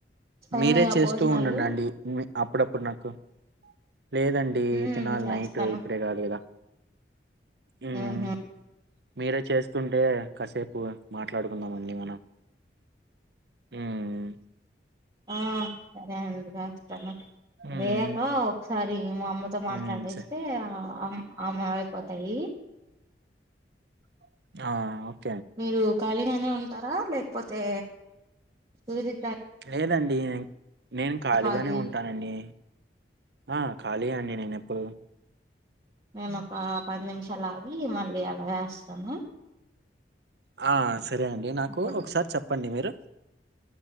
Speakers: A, on the right (about 25°); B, on the right (about 65°).
A: నేను
B: మీరే
A: ఇగ
B: చేస్తూ
A: భోజనాలు
B: ఉండండండి మే అప్పుడు అప్పుడు నాకు లేదండి
A: మ్మ్
B: తినాలి
A: చేస్తాను
B: నైట్ ఇప్పుడే కాదు కదా మ్మ్
A: ఆహ
B: మీరే చేస్తుంటే కాసేపూ మాట్ ట్లడుకుందామండి మనం మ్
A: ఆ సరే అండి ఏస్తాను
B: హ్మ్
A: వేయక ఒక్సారి మా అమ్మతో మాట్లాడేస్తే
B: హ్మ్ స
A: ఆ అమ్ అమ అయిపోతాయీ
B: హా
A: మీరు ఖాళీగానే ఉంటారా లేక్పోతే సది
B: లేదండి నేన్ ఖాళీగానే
A: ఆగి
B: ఉంటానండి ఆ ఖాళీ అండి నేన్ ఎప్పుడూ
A: నేన్ ఒకా పది నిమిషాల్ ఆగి మళ్ళీ అలా ఏస్తాను
B: హా సరే అండి నాకు
A: అప్పుడు
B: ఒకసారి చెప్పండి మీరు